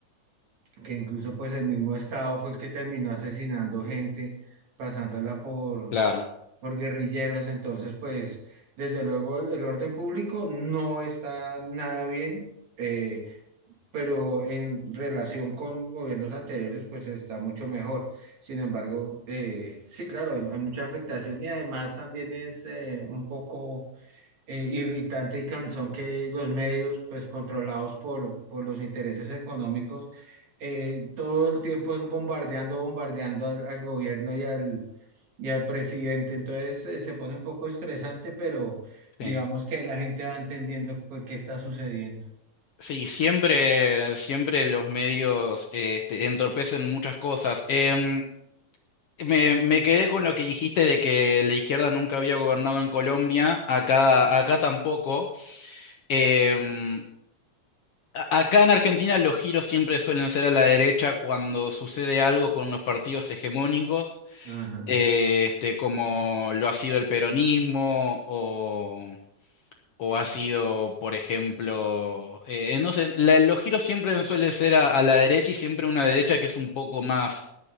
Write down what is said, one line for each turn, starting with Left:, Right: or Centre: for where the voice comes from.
Right: que incluso pues el mismo Estado fue el que terminó asesinando gente, pasándola por,
Left: claro,
Right: por guerrilleros. Entonces, pues, desde luego el, el orden público no está nada bien. eh, pero en relación con gobiernos anteriores, pues está mucho mejor. Sin embargo, eh, sí, claro, hay, hay mucha afectación y además también es eh, un poco eh, irritante y cansón que los medios, pues controlados por, por los intereses económicos, eh, todo el tiempo es bombardeando, bombardeando al, al gobierno y al, y al presidente. Entonces eh, se pone un poco estresante, pero digamos
Left: sí.
Right: que la gente va entendiendo pues, qué está sucediendo.
Left: Sí, siempre, siempre los medios este, entorpecen muchas cosas. Em, me, me quedé con lo que dijiste de que la izquierda nunca había gobernado en Colombia, acá, acá tampoco. Em, a- acá en Argentina los giros siempre suelen ser a la derecha cuando sucede algo con los partidos hegemónicos.
Right: Ajá.
Left: eh, este, como lo ha sido el peronismo o, o ha sido, por ejemplo, eh, eh, no sé, la- los giros siempre suelen ser a, a la derecha y siempre una derecha que es un poco más